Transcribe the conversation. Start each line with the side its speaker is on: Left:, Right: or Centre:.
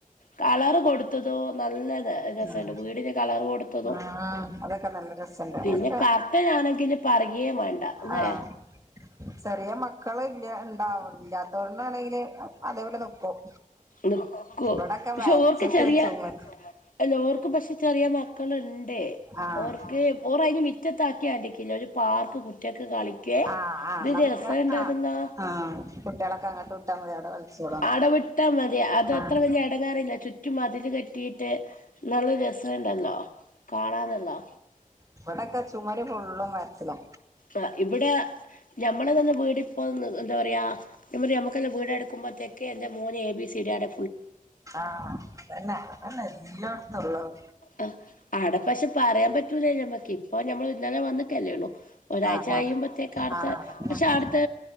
Left: കളറ്കൊടുത്തതോ നല്ല രസണ്ട്
Right: ഉം
Left: വീടിന് കളർ കൊടു ത്തതും
Right: ആഹ് അതൊക്കെ നല്ല രസണ്ട് അതൊക്കെ
Left: പിന്നെ കർട്ടനാണെങ്കി പറയും വേണ്ട ലേ
Right: ആഹ് ചെറിയ മക്കൾ ഇല്ല ഇണ്ടാവില്ലാത്തോണ്ടാണെങ്കില് അതേപോലെ നിക്കും
Left: നിക്കോ
Right: ഇവിടെക്കെ
Left: പക്ഷെ
Right: വരച്ചിട്ട്
Left: ഓർക്ക് ചെറിയ
Right: ചുമര്
Left: അല്ല ഓർക്ക് പക്ഷെ ചെറിയ മക്കളുണ്ട്
Right: ആഹ്
Left: ഓർക്ക് ഓർ അയിന് മുറ്റത്ത് ആക്കിയത് കണ്ട്കില്ലേ ഒരു പാർക്ക്‌ കുട്ട്യാൾക് കളി ക്കാൻ
Right: ആഹ് ആഹ് എന്നാ
Left: എന്ത്
Right: പിന്നെ
Left: രസണ്ടതൂന്നാ
Right: ആഹ് ആഹ് കുട്ടികളൊക്കെ അങ്ങോട്ട് വിട്ടാ മതി അവിടെ കളിച്ചോളും
Left: അവിടെ വിട്ടാ മതി അതത്ര
Right: ആഹ്
Left: വല്യ എടങ്ങാറില്ല ചു റ്റും മതില് കെട്ടിയിട്ട് നല്ല രസുണ്ടല്ലോ കാണാനല്ലോ
Right: ഇവിടൊക്കെ ചുമര് ഫുള്ളും വരച്ചിട്ടാ
Left: ആ ഇവിടെ ഞമ്മള് നിന്ന വീടിപ്പോന്ന് എന്താ പറയാ ഞാൻ പറഞ്ഞു ഞമ്മക്കെല്ലാ വീട് എടുക്കുമ്പൾത്തേക്ക് എന്റെ മോൻ എ ബി സി ഡി ആടെ
Right: ആ അതന്നെ അതന്നെ എല്ലോടുത്തുള്ളത്
Left: ആ ആടെ പക്ഷെ പറയാൻ പറ്റൂല നമ്മക്ക് ഇപ്പൊ നമ്മൾ ഇന്നലെ വന്ന് ല്ലേള്ളൂ ഒരാഴ്ച
Right: ആഹ്
Left: കയുമ്പോത്തേക്കടുത്ത
Right: ആഹ് ആഹ്
Left: പക്ഷെ
Right: അതന്നെ
Left: അടുത്ത്